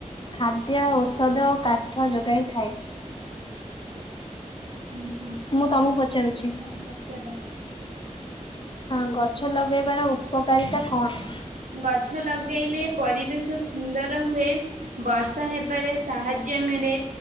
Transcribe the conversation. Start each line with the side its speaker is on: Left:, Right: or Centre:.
Left: ଖାଦ୍ୟ ଔଷଧ ଓ କାଠ ଯୋଗାଇ ଥାଏ।
Right: ହୁଁ ହୁଁ
Left: ମୁଁ ତମକୁ ପଚାରୁଛି।
Right: ହଁ ପଚାର।
Left: ହଁ ଗଛ ଲଗେଇବାର ଉପକାରିତା କଣ?
Right: ଗଛ ଲଗେଇଲେ ପରିବେଶ ସୁନ୍ଦର ହୁଏ, ବର୍ଷା ହେବାରେ ସାହାଯ୍ୟ ମିଳେ